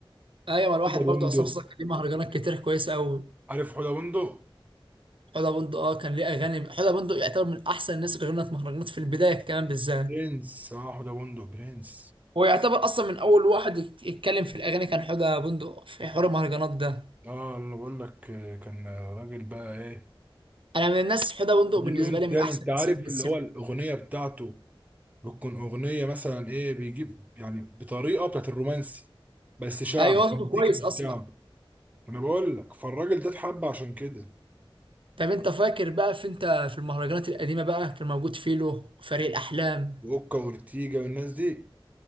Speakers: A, on the right; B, on the right.
A: ايوه الواحد
B: حوده
A: برضو
B: بندق
A: عصام صاصا كان ليه مهرجانات كتير كويسه قوي
B: عارف حوده بندق
A: حوده بندق اه كان ليه اغاني حوده بندق يعتبر من احسن الناس اللي غنت مهرجانات في البدايه كمان بالذات
B: برنس أه حوده بندق برنس
A: هو يعتبر اصلا من اول واحد يت- يتكلم في الاغاني كان حوده بندق في حوار المهرجانات ده
B: أه أنا بقول لك آه، كان راجل بقى إيه
A: انا من الناس حوده بندق
B: دي
A: بالنسبه
B: لون
A: لي من
B: تاني
A: احسن
B: أنت
A: الناس
B: عارف
A: اللي بتسمع
B: اللي هو الأغنية بتاعته بتكون اغنيه مثلا ايه بيجيب يعني بطريقه بتاعت الرومانسي بس شعب
A: ايوه هو صوته
B: مزيكا
A: كويس
B: مش
A: اصلا
B: شعب انا بقول لك فالراجل ده اتحب عشان كده
A: طب انت فاكر بقى في انت في المهرجانات القديمه بقى كان موجود فيلو وفريق الاحلام
B: واوكا وارتيجا والناس دي